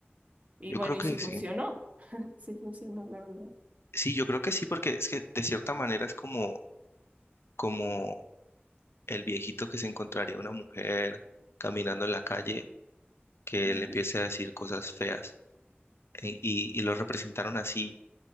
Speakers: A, on the right; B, on the left.
A: Y
B: Yo
A: bueno,
B: creo que
A: y sí funcionó.
B: sí.
A: <laughs> Sí funcionó, la verdad.
B: Sí, yo creo que sí, porque es que de cierta manera es como, como el viejito que se encontraría una mujer caminando en la calle que
A: Ujú.
B: le empiece a decir cosas feas. E- Y, y lo representaron así.